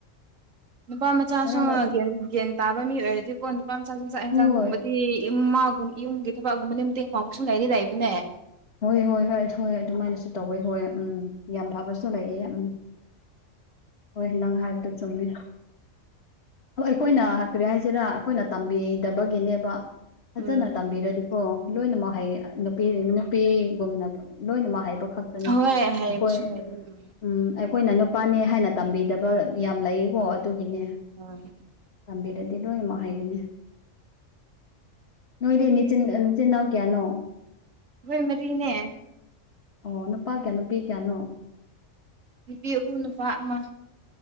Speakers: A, on the right (about 90°); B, on the left (about 55°).
A: ꯅꯨꯄꯥ ꯃꯆꯥꯁꯨ
B: ꯃꯔꯛ ꯃꯔꯛ
A: ꯒ꯭ꯟ ꯒꯌ꯭ꯥꯟ ꯇꯥꯕ ꯃꯤ ꯑꯣꯏꯔꯗꯤ ꯀꯣ ꯅꯨꯄꯥ ꯃꯆꯥꯥꯁꯨ ꯆꯥꯛ ꯍꯦꯟꯖꯥꯡꯒꯨꯝꯕꯗꯤ
B: ꯍꯣꯏ
A: ꯏꯃꯥꯒꯨꯝ ꯏꯌꯨꯝꯒꯤ ꯊꯕꯛꯒꯨꯝꯕꯗꯤ ꯃꯇꯦꯡ ꯄꯥꯡꯕꯁꯨ ꯂꯩꯗꯤ ꯂꯩꯕꯅꯦ
B: ꯍꯣꯏ ꯍꯣꯏ ꯍꯣꯏ ꯍꯣꯏ ꯑꯗꯨꯃꯥꯏꯅꯁꯨ ꯇꯧꯋꯦ ꯍꯣꯏ ꯎꯝ ꯌꯥꯝ ꯐꯕꯁꯨ ꯂꯩꯑꯦ ꯎꯝ ꯍꯣꯏ ꯅꯪ ꯍꯥꯏꯕꯗꯣ ꯆꯨꯝꯃꯦ ꯍꯣ ꯑꯩꯈꯣꯏꯅ ꯍ ꯀꯔꯤ ꯍꯥꯏꯁꯤꯔꯥ ꯑꯩꯈꯣꯏꯅ ꯇꯝꯕꯤꯗꯕꯒꯤꯅꯦꯕ ꯐꯖꯅ
A: ꯎꯝ
B: ꯇꯝꯕꯤꯔꯗꯤꯀꯣ ꯂꯣꯏꯅꯃꯛ ꯍꯩ ꯑ ꯅꯨꯄꯤ <unintelligible> ꯅꯨꯄꯤꯒꯨꯝꯅ ꯄ ꯂꯣꯏꯅ ꯃꯛ ꯍꯩꯕ ꯈꯛꯇꯅꯤ
A: ꯍꯣꯏ ꯍꯥꯏꯕꯁꯨ
B: ꯑꯩꯈꯣꯏ
A: ꯂꯩꯕꯅꯦ
B: ꯎꯝ ꯑꯩꯈꯣꯏꯅ ꯅꯨꯞ ꯄꯥꯅꯦ ꯍꯥꯏꯅ ꯇꯝꯕꯤꯗꯕ ꯌꯥꯝ ꯂꯩꯌꯦꯀꯣ ꯑꯗꯨꯒꯤꯅꯦ
A: ꯍꯣꯏ
B: ꯇꯝꯕꯤꯔꯗꯤ ꯂꯣꯏꯅꯃꯛ ꯍꯩꯒꯅꯤ ꯅꯣꯏꯗꯤ ꯅꯤꯆꯤꯟ ꯑ ꯅꯆꯤꯟꯅꯥꯎ ꯀꯌꯥꯅꯣ
A: ꯑꯈꯣꯏ ꯃꯔꯤꯅꯦ
B: ꯑꯣ ꯅꯨꯄꯥ ꯀꯌꯥ ꯅꯨꯄꯤ ꯀꯌꯥꯅꯣ
A: ꯅꯨꯄꯤ ꯑꯍꯨꯝ ꯅꯨꯄꯥ ꯑꯃ